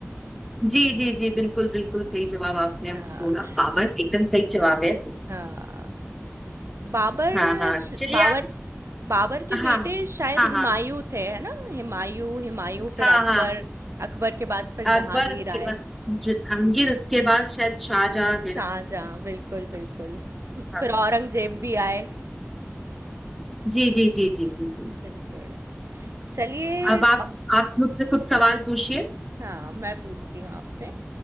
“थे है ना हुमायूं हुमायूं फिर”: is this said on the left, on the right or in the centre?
Right